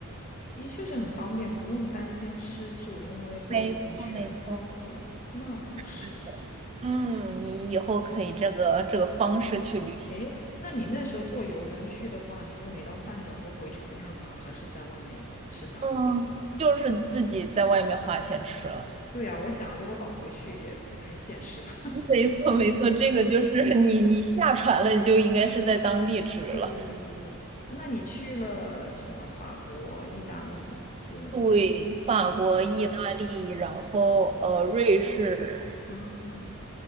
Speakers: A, on the left; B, on the right.
A: 的确是很方便，不用担心吃住，因为都已经全包了。
B: 没错，没错，
A: 那倒是。
B: 是的。嗯，你以后可以这个这个方式去旅行，
A: 诶，那你那时候坐游轮去的话，你就每到饭点儿都回船上吗？还是在外面吃当地的？
B: 嗯，就是自己在外面花钱吃了。
A: 对啊，我想如果老回去也不太现实吧。
B: 没错，没错，这个就是 <laughs> 你你下船了，你就应该是在当地吃了。
A: <laughs> 对对对对对，啊那你去了什么？法国、意大利、希
B: 对，法国、
A: 腊
B: 意大利，然后呃，瑞士
A: 啊？